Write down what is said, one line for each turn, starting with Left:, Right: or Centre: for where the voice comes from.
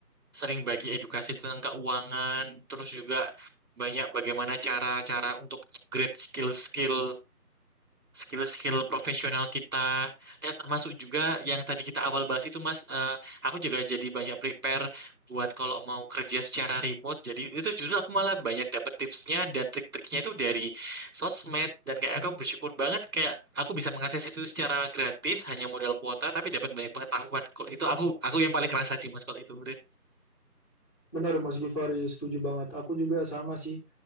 Right: sering bagi edukasi tentang keuangan, terus juga banyak bagaimana cara-cara untuk upgrade skill-skill skill-skill profesional kita dan termasuk juga yang tadi kita awal bahas itu Mas eh, aku juga jadi banyak prepare buat kalau mau kerja secara remote jadi itu justru aku malah banyak dapet tipsnya dan trik-triknya itu dari sosmed dan kayak aku bersyukur banget kayak aku bisa mengakses itu secara gratis hanya modal kuota tapi dapat banyak pengetahuan kalau itu aku aku yang paling kerasa sih Mas kalau itu
Left: Benar Mas Givari setuju banget. Aku juga sama sih.